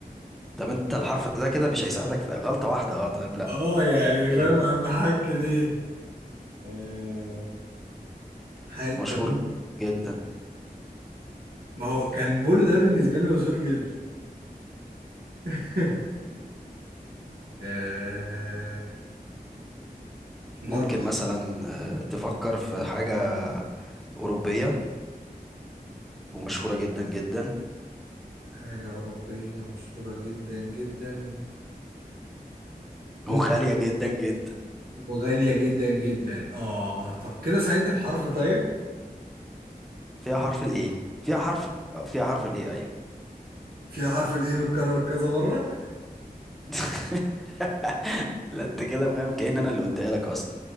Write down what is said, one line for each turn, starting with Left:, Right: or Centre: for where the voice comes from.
Centre: طب انت الحرف ده كده مش هيساعدك في غلطة واحدة اه طيب لا
Right: آه، يعني
Centre: فيلم
Right: فاهم على المحك دي آه، حاجة
Centre: مشهور
Right: براند
Centre: جدا
Right: ما هو كان بولو ده بالنسبة لي مشهور جدا <laughs> آه، نربح
Centre: ممكن مثلا آه، تفكر في حاجة أوروبية ومشهورة جدا جدا
Right: حاجة أوروبية مشهورة جدا جدا ممكن
Centre: وغالية جدا جدا
Right: وغالية جدا جدا اه طب كده ساعدني بحرف طيب
Centre: فيها حرف الايه فيها حرف فيها حرف الايه ايوه
Right: فيها حرف الايه متكرر كذا مرة
Centre: <laughs> لا انت كده فاهم كأن انا اللي قلتها لك اصلا